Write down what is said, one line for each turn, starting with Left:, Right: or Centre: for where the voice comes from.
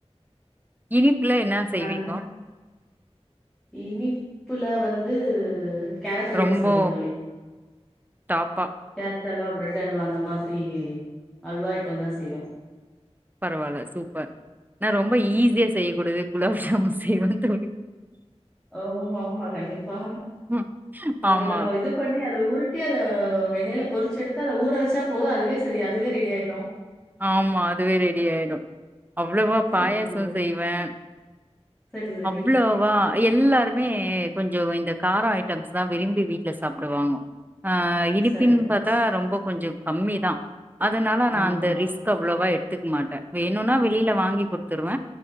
Right: இனிப்புல என்ன செய்வீங்கோ
Centre: அதுனா இனிப்புல வந்து கேரட் அல்வா
Right: ரொம்போ
Centre: செய்வே தோழி
Right: டாப்பா
Centre: கேரட் அல்வா பிரெட் அல்வா அந்த மாரி அல்வா ஐட்ட தா செய்வே
Right: பரவாயில்ல சூப்பர் நா ரொம்ப ஈஸியா செய்யக்கூடியது குலாப் ஜாமுன் செய்வே தோழி
Centre: ஓ ஆமா கண்டிப்பா
Right: ம்.
Centre: அத
Right: ஆமா.
Centre: நம்ம இது பண்ணி அத உருட்டி அத வெண்ணையில பொறிச்சு எடுத்து த்து அத ஊற வச்சா போதும் அதுவே சேரி அதுவே ரெடி ஆயிடு
Right: ஆமா அதுவே ரெடி ஆயிடு அவ்வளோவா
Centre: கண்டிப்பா
Right: பாயசம்
Centre: கண்
Right: செய்வே
Centre: சரி, சரி.
Right: அவ்வளவா எல்லாருமே கொஞ்சோ இந்த காரம் ஐட்டம்ஸ் தா விரும்பி வீட்டல சாப்பிடுவாங்க ஆ இனிப்பின்
Centre: சரி, சரி.
Right: பாத்தா ரொம்ப கொஞ்சோ கம்மி தா அதனால நா
Centre: ஆமா.
Right: ஸ்க் அவ்வளவா எடுத்துக்க மாட்ட வேணும்னா வெளியில வாங்கி கொடுத்துருவ